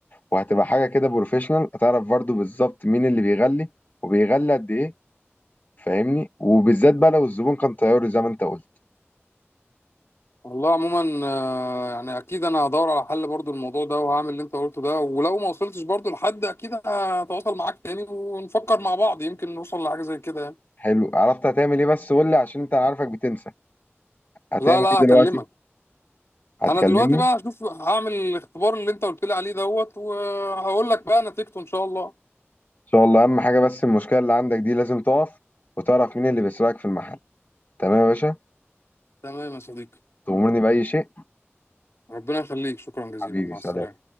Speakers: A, on the left; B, on the left.
A: وهتبقى حاجة كده بروفيشنال هتعرف برضه بالظبط مين اللي بيغلي وبيغلي قد ايه فاهمني؟ وبالذات بقى لو الزبون كان طياري زي ما انت قلت
B: والله عموما آه، يعني اكيد انا هدور على حل برضو الموضوع ده وهعمل اللي انت قلته ده ولو ما وصلتش برضو لحد اكيد هتواصل معاك تاني ونفكر مع بعض يمكن نوصل لحاجة زي كده يعني
A: حلو عرفت هتعمل ايه بس قول لي عشان انت أنا عارفك بتنسى هتعمل
B: لا لا
A: ايه
B: هكلمك
A: دلوقتي هتكلمني
B: انا دلوقتي بقى
A: ان
B: هشوف هعمل الاختبار اللي انت قلت لي عليه دوت وهقول لك بقى نتيجته ان شاء الله
A: شاء الله اهم حاجه بس المشكله اللي عندك دي لازم تقف وتعرف مين اللي بيسرقك في المحل تمام يا باشا
B: تمام يا صديقي
A: تأمرني بأي شيء
B: ربنا يخليك شكرا جزيلا
A: حبيبي
B: مع
A: سلام
B: السلامة